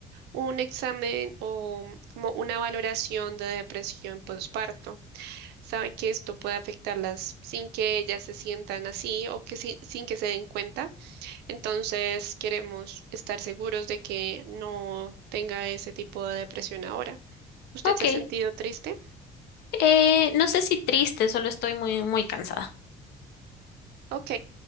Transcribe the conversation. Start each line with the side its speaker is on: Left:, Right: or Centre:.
Right: un examen o como una valoración de depresión postparto. Sabe que esto puede afectarlas sin que ellas se sientan así o que si- sin que se den cuenta. Entonces, queremos estar seguros de que no tenga ese tipo de depresión ahora. ¿Usted
Left: Ok,
Right: se ha sentido triste?
Left: Eh, no sé si triste, solo estoy muy, muy cansada.
Right: Ok,